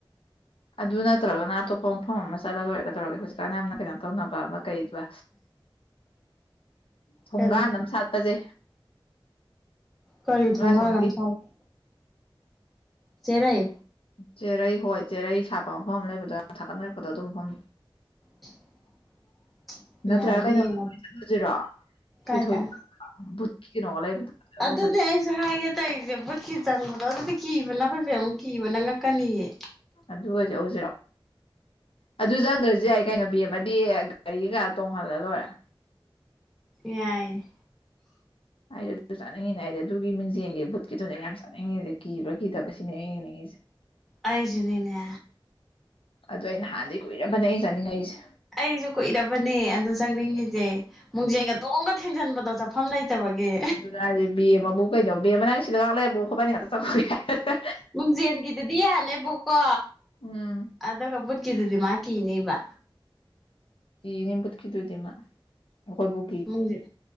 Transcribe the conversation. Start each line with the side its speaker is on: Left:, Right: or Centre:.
Left: ꯑꯗꯨ ꯅꯠꯇ꯭ꯔꯒꯅ ꯑꯇꯣꯞꯄ ꯃꯐꯝ ꯑꯃ ꯆꯠꯂ ꯂꯣꯏꯔꯦ ꯀꯩꯗꯧꯔꯒꯦ ꯍꯧꯖꯤꯛꯀꯥꯟ ꯌꯥꯝꯅ ꯀꯩꯅꯣ ꯇꯧꯅꯕ ꯑꯃ ꯀꯩꯕ ꯊꯣꯡꯒꯥꯟ
Centre: ꯀꯔꯤ
Left: ꯑꯃ ꯁꯥꯠꯄꯁꯦ
Centre: ꯀꯔꯤ
Left: ꯅꯣꯏ
Centre: ꯊꯣꯡꯒꯥꯜ
Left: ꯑꯁꯣꯝꯒꯤ
Centre: ꯑꯃ ꯁꯥꯠꯄ ꯆꯦꯔꯩ
Left: ꯆꯦꯔꯩ ꯍꯣꯏ ꯆꯦꯔꯩ ꯁꯥꯠꯄ ꯃꯐꯝ ꯑꯥꯃ ꯂꯩꯕꯗꯣ ꯌꯥꯝ ꯊꯥꯒꯠꯅꯔꯛꯄꯗꯣ ꯑꯗꯨꯏ ꯃꯐꯝ
Centre: <inaudible> ꯌꯥꯏꯌꯦ
Left: ꯅꯠꯇ꯭ꯔꯥ ꯀꯩꯅꯣꯗ ꯖꯤꯔꯣ
Centre: ꯀꯥꯏꯗ
Left: ꯊꯣꯏꯊꯣꯏ ꯕꯨꯠꯀꯤ ꯀꯩꯅꯣ ꯂꯩꯕꯗꯣ <inaudible>
Centre: ꯑꯗꯨꯅꯦ ꯑꯩꯁꯨ <unintelligible> ꯕꯨꯠꯀꯤ ꯆꯪꯕꯗꯣ ꯑꯗꯨꯗꯤ ꯀꯤꯕꯅ ꯑꯩꯈꯣꯏ ꯐꯦꯝ ꯀꯤꯕꯅ ꯉꯛꯀꯅꯤꯌꯦ
Left: ꯑꯗꯨ ꯑꯣꯏ ꯆꯠꯂꯨꯖꯤꯔꯣ ꯑꯗꯨ ꯆꯪꯗ꯭ꯔꯖꯨ ꯌꯥꯏ ꯀꯩꯅꯣ ꯕꯦꯝꯃꯗꯤ ꯒꯥꯔꯤ ꯀꯥ ꯇꯣꯡꯍꯜꯂ ꯂꯣꯏꯔꯦ
Centre: ꯌꯥꯏ
Left: ꯑꯩꯗꯤ ꯑꯗꯨꯁꯨ ꯆꯥꯅꯤꯡꯉꯤꯅꯦ ꯑꯩꯗꯤ ꯑꯗꯨꯒꯤ ꯃꯤꯡꯖꯦꯟꯒꯤ ꯕꯨꯠꯀꯤꯗꯨꯅꯦ ꯌꯥꯝ ꯆꯥꯅꯤꯡꯉꯤꯁꯦ ꯀꯤꯕ꯭ꯔ ꯀꯤꯗꯕ꯭ꯔ ꯁꯤꯅꯦ ꯑꯩꯅ ꯌꯦꯡꯅꯤꯡꯉꯤꯁꯦ
Centre: ꯑꯩꯁꯨꯅꯤꯅꯦ
Left: ꯑꯗꯣ ꯑꯩꯅ ꯅꯍꯥꯟꯗꯒꯤ ꯀꯨꯏꯔꯔꯕꯅꯦ ꯑꯩꯅ ꯆꯥꯅꯤꯡꯉꯛꯏꯁꯦ
Centre: ꯑꯩꯁꯨ ꯀꯨꯏꯔꯕꯅꯦ ꯑꯗꯨ ꯆꯪꯅꯤꯡꯉꯤꯁꯦ ꯃꯨꯡꯖꯦꯟꯒꯗꯣꯝꯒ ꯊꯦꯡꯖꯟꯕꯗꯣ ꯆꯠ ꯐꯝ ꯂꯩꯇꯕꯒꯤ
Left: ꯑꯗꯨꯅꯦ ꯍꯥꯏꯁꯦ ꯕꯦꯝꯃꯕꯨ ꯀꯩꯅꯣ ꯕꯦꯝꯃ ꯅꯪ ꯁꯤꯗꯉꯥꯛ ꯂꯩꯔꯝꯃꯨ ꯑꯩꯈꯣꯏꯕꯅꯤ ꯉꯥꯛꯇ ꯆꯪꯉꯨꯈꯤꯒꯦ ꯍꯥꯏꯔꯥ
Centre: ꯃꯤꯡꯖꯦꯟꯒꯤꯗꯨꯗꯤ ꯌꯥꯅꯦꯕꯀꯣ
Left: ꯎꯝ
Centre: ꯑꯗꯨꯒ ꯕꯨꯠꯀꯤꯗꯨꯗꯤ ꯃꯥ ꯀꯤꯅꯦꯕ
Left: ꯀꯤꯅꯤ ꯚꯨꯠꯀꯤꯗꯨꯗꯤ ꯃꯥ ꯑꯩꯈꯣꯏꯕꯧ
Centre: ꯃꯨꯡꯖ